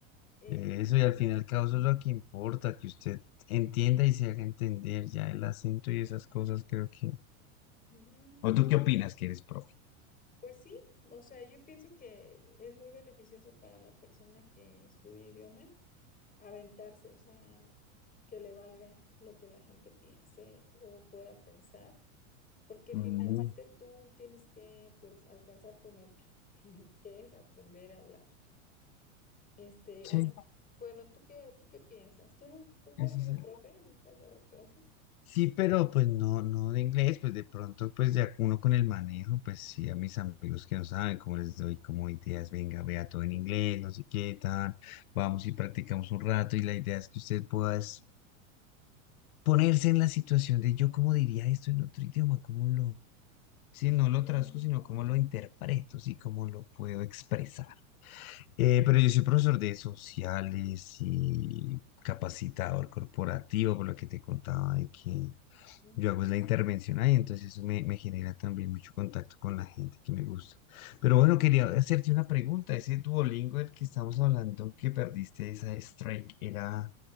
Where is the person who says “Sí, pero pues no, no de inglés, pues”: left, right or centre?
Left